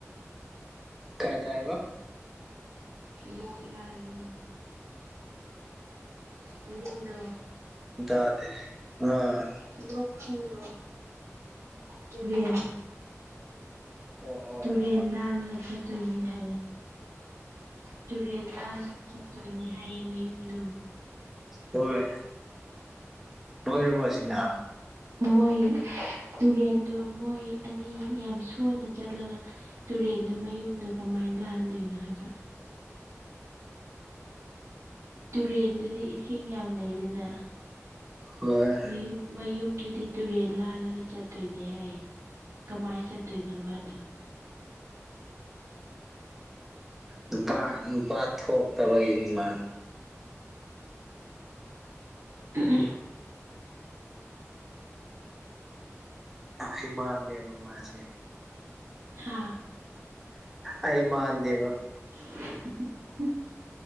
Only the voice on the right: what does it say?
ꯂꯣꯠ <inaudible> ꯅꯍꯟꯒꯤ ꯃꯌꯨꯝꯗꯣ
<inaudible> ꯂꯣꯈꯟꯗ꯭ꯔ ꯇꯨꯔꯦꯟ
ꯇꯨꯔꯦꯟ
ꯂꯥꯜꯂꯒ ꯆꯠꯇꯣꯏꯅꯤ ꯍꯥꯏꯅꯤ ꯇꯨꯔꯦꯟ ꯂꯜꯂꯒ ꯆꯠꯇꯣꯏꯅꯦ ꯍꯥꯏꯌꯦ ꯃꯌꯨꯝꯗꯣ
ꯃꯣꯏ ꯇꯨꯔꯦꯟꯗꯣ ꯃꯣꯏ ꯑꯅꯤ ꯌꯥꯝ ꯁꯣꯟꯂ ꯆꯠꯂꯒ ꯇꯨꯔꯦꯜꯗꯣ ꯃꯌꯨꯝꯗꯣ ꯀꯃꯥꯏꯅ ꯂꯥꯛꯍꯟꯗꯣꯏꯅꯣ ꯍꯥꯏꯕ ꯇꯨꯔꯦꯟꯗꯨꯗꯤ ꯏꯁꯤꯡ ꯌꯥꯝ ꯂꯩꯗꯅ
ꯃꯌꯨꯝ ꯃꯌꯨꯝꯗꯨꯗꯤ ꯇꯨꯔꯦꯜ ꯂꯥꯜꯂꯒ ꯆꯠꯇꯣꯏꯅꯦ ꯍꯥꯏꯌꯦ ꯀꯃꯥꯏꯅ ꯆꯠꯇꯣꯏꯅꯣꯕ ꯑꯗꯨ
ꯎ <inaudible>
ꯍꯥ
<inaudible>